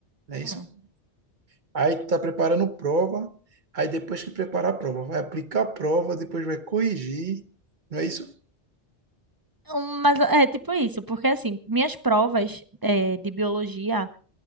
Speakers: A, on the right; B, on the right.
A: não é isso?
B: Hum.
A: Aí tu tá preparando prova, aí depois que preparar a prova, vai aplicar a prova, depois vai corrigir, não é isso?
B: Um, Mas é tipo isso, porque assim, minhas provas é, de biologia